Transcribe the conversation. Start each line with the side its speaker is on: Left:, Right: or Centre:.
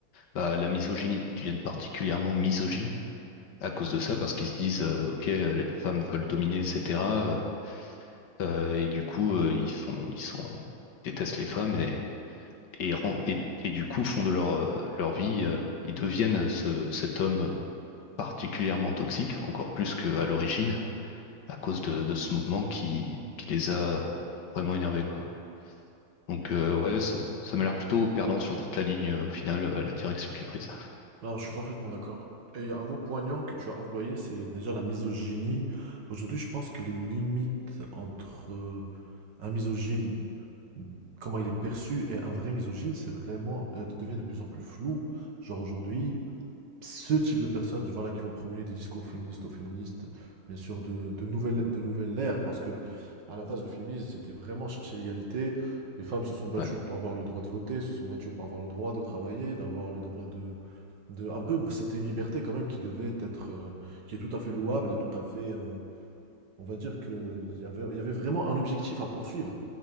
Left: bah, la misogynie. Ils deviennent particulièrement misogynes à cause de ça, parce qu'ils se disent, euh, OK, euh, les femmes veulent dominer, etc. euh, euh, et du coup, euh, ils font, ils sont, ils détestent les femmes et, et, ren- et, et du coup font de leur, euh, leur vie, euh, ils deviennent euh, ce, cet homme particulièrement toxique, encore plus qu'à l'origine, à cause de, de ce mouvement qui, qui les a vraiment énervés, quoi. Donc, euh, ouais, ça ça m'a l'air plutôt perdant sur toute la ligne, euh, au final, euh, la direction qui est prise.
Right: Alors, je suis parfaitement d'accord. Et il y a un mot poignant que tu as employé, c'est déjà la misogynie. Aujourd'hui, je pense que les limites entre euh, un misogyne, comment il est perçu, et un vrai misogyne, c'est vraiment, euh, devient de plus en plus flou. Genre aujourd'hui, ce type de personnes, voilà, qui vont promener des discours féministes aux féministes bien sûr, de, de nouvelles de nouvelles ère, parce que à la base, le féminisme, c'était vraiment chercher l'égalité. Les femmes se sont battues
Left: Ouais,
Right: pour avoir le droit de voter, se sont battues pour avoir le droit de travailler, d'avoir le droit de, de, un peu, c'était une liberté quand même qui devait être, euh, qui est tout à fait louable et tout à fait, euh, on va dire qu'il y avait, il y avait vraiment un objectif à poursuivre.